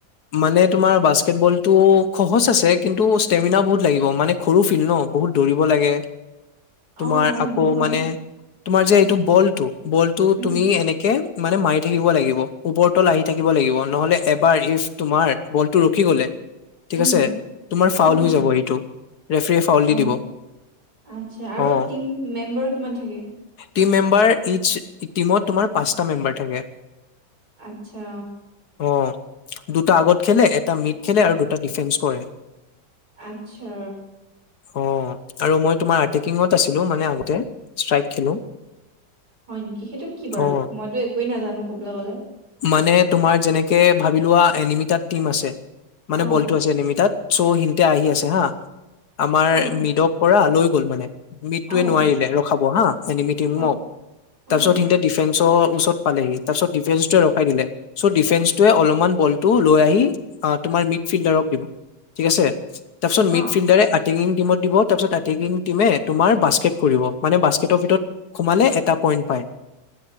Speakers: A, on the left; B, on the right.
A: মানে তোমাৰ বাস্কেটবলতটো সহজ আছে কিন্তু ষ্টেমিনা বহুত লাগিব মানে সৰু ফিল ন বহুত দৌৰিব লাগে
B: অ',
A: তোমাৰ
B: সেইটো
A: আকৌ
B: হয়
A: মানে তোমাৰ যে এইটো বল বলটো
B: উম,
A: তুমি এনেকে মানে মাৰি থাকিব লাগিব ওপৰতল আহি থাকিব লাগিব নহলে এবাৰ ইফ তোমাৰ বলটো ৰখি গলে ঠিক
B: উম,
A: আছে তোমাৰ ফাউল
B: উম,
A: হৈ যাব এইটো ৰেফাৰীয়ে ফাউল দি
B: অ
A: দিব
B: ইচ্ছা আৰু
A: অ
B: টিম মেম্বাৰ কিমান থাকে
A: টিম মেম্বাৰ ইচ টিমত তোমাৰ পাঁচটা মেম্বাৰ থাকে
B: আচ্ছা
A: অ দুটা আগত খেলে এটা মিট খেলে আৰু দুটা ডিফেন্স কৰে
B: আচ্ছা
A: অ আৰু মই তোমাৰ আটেকিঙত আছিলো মানে আগতে ষ্ট্ৰাইক খেলো
B: হয় নেকি সেইটো কি বাৰু
A: অ
B: মইতো একোৱে নাজানো কবলৈ গলে
A: মানে তোমাৰ যেনেকে ভাবি লোৱা এনিমিটাত টিম আছে মানে
B: অ',
A: বলটো আছে এ নিমিতাত চ'অ সিতে আহি আছে হা আমাৰ
B: অ',
A: মৃদ পৰা লৈ গ'ল মানে মিটটোৱে
B: অ',
A: নোৱাৰিলে ৰখাব হা এনিমিটি
B: অ', অ',
A: তাৰপিছত সতে ডিফেন্ চৰত পালেহি তত ৰখাই দিলে চঅ ডিফেন্সতোৱে অলমান বলটো লৈ আহি আ তোমাৰ মিকফিল্ডৰক দিলে ঠিক আছে তাৰ পাছত
B: অ',
A: মিফিল্ডেৰে এটেিং টিমত দিব তাৰপিছত এটেগিং টিমে তোমাৰ বাস্কেট কৰিব মানে বাস্কেটৰ ভিতৰত সোমালে এটা পইণ্ট পায়